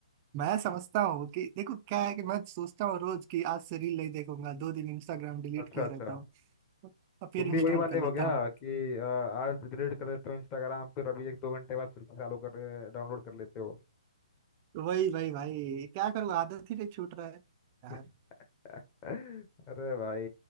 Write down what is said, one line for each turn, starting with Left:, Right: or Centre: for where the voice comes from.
Right: मैं समझता हूँ कि देखो क्या है कि मैं सोचता हूँ रोज कि आज से रील नहीं देखूंगा दो दिन इंस्टाग्राम डिलीट
Left: अच्छा
Right: किया
Left: अच्छा
Right: रहता हूँ और फिर
Left: तुम
Right: इंस्टॉल
Left: भी वही वाले
Right: कर लेता
Left: हो गया
Right: हूँ
Left: कि अ, आज डिलीट कर लेते हो इंस्टाग्राम फिर अभी एक दो घंटे बाद फिर से चालू कर डाउनलोड कर लेते हो
Right: तो वही भाई भाई क्या करूँ आदत ही नहीं छूट रहा है यार
Left: <laughs> अरे भाई